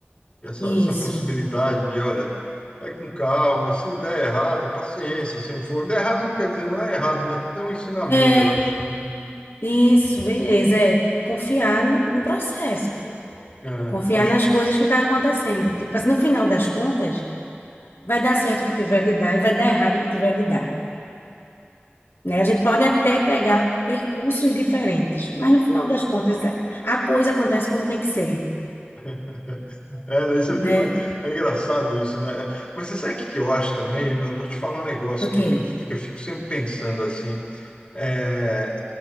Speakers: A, on the left; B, on the left.
A: Essa,
B: isso.
A: essa possibilidade de, olha, vai com calma, e se der errado, paciência, se não for. Der errado, quer dizer, não é errado, né? Tudo é um ensinamento,
B: É,
A: eu acho, né?
B: isso, beleza. É confiar no, no processo,
A: É,
B: confiar
A: acho.
B: nas coisas que estão acontecendo. Tipo assim, no final das contas, vai dar certo o que tiver de dar e vai dar errado o que tiver de dar. né? A gente pode até pegar percursos diferentes, mas no final das contas a coisa acontece como tem que ser,
A: <laughs> É, daí você
B: né?
A: fica. É é engraçado isso, né? Mas você sabe o que que eu acho também? Mano? Vou te falar um negócio
B: Ok,
A: que, eu- que, eu, que eu fico sempre pensando assim. É,